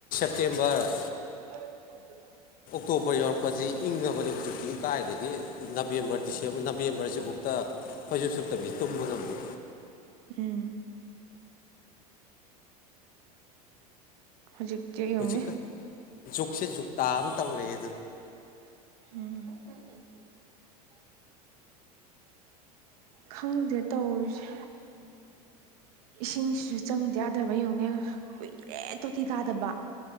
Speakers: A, on the left; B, on the right.
A: ꯁꯦꯞꯇꯦꯝꯕꯔ
B: ꯀꯗꯅ
A: ꯇꯣꯄ ꯌꯎꯔꯛꯄꯁꯤ ꯏꯪꯉꯕꯅꯤ ꯍꯧꯖꯤꯛꯇꯤ ꯇꯥꯏꯗꯗꯒꯤ ꯑꯗꯒꯤ ꯅꯕꯦꯝꯕꯔ ꯗꯤꯁꯦꯝꯕꯔ ꯅꯕꯦꯝꯕꯔꯁꯤꯕꯨꯛꯇ ꯈꯣꯏꯁꯨꯨꯞ ꯁꯨꯞꯠꯇꯕꯤ ꯇꯨꯝꯕ ꯉꯝꯃ
B: ꯎꯝ ꯍꯧꯖꯤꯛ ꯆꯦꯛꯌꯨꯝꯅꯦ
A: ꯍꯧꯖꯤꯛꯀ ꯖꯨꯛꯁꯦ ꯖꯨꯛꯇꯥ ꯑꯃ ꯇꯧꯔꯛꯑꯦ ꯑꯗꯨꯅꯤ
B: ꯎꯝ ꯈꯪꯗꯦ ꯇꯧꯔꯤꯁꯦ ꯏꯁꯤꯡꯁꯤꯁꯨ ꯆꯪꯗ ꯌꯥꯗꯕ ꯌꯧꯅꯤ ꯀꯨꯏꯔꯦ ꯇꯣꯇꯤ ꯇꯥꯗꯕ